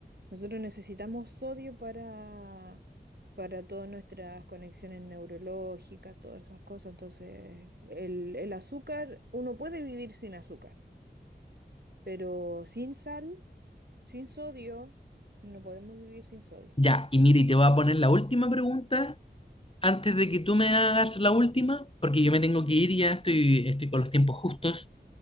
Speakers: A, on the right; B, on the left.
A: Nosotros necesitamos sodio para, para todas nuestras conexiones neurológicas, todas esas cosas. Entonces, el, el azúcar, uno puede vivir sin azúcar, pero sin sal, sin sodio, no podemos vivir sin sodio.
B: Ya, y mire, te voy a poner la última pregunta antes de que tú me hagas la última, porque yo me tengo que ir, ya estoy, estoy con los tiempos justos.